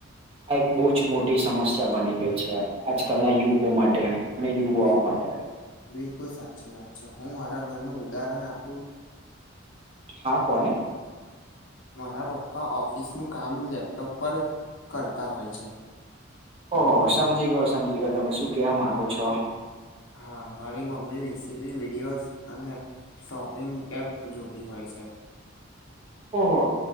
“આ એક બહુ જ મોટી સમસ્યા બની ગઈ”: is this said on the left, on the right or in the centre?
Right